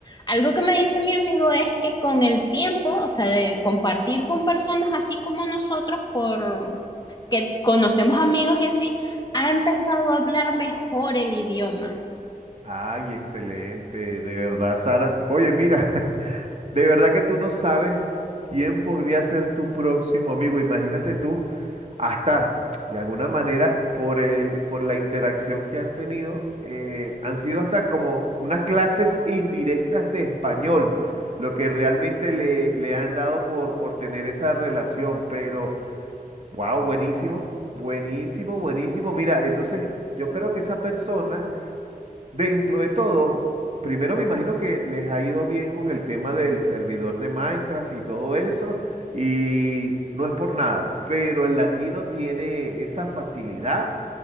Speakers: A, on the left (about 25°); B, on the right (about 45°).
A: Algo que me dice mi amigo es que con el tiempo, o sea, de compartir con personas así como nosotros, por que conocemos amigos y así, ha empezado a hablar mejor el idioma.
B: Ay, excelente, de verdad, Sara. Oye, mira, <laughs> de verdad que tú no sabes quién podría ser tu próximo amigo. Imagínate tú, hasta de alguna manera, por el, por la interacción que han tenido, eh, han sido hasta como unas clases indirectas de español, lo que realmente le, le han dado por, por tener esa relación, pero... Wow, buenísimo, buenísimo, buenísimo. Mira, entonces yo creo que esa persona, dentro de todo, primero me imagino que les ha ido bien con el tema del servidor de Minecraft y todo eso, y no es por nada, pero el latino tiene esa facilidad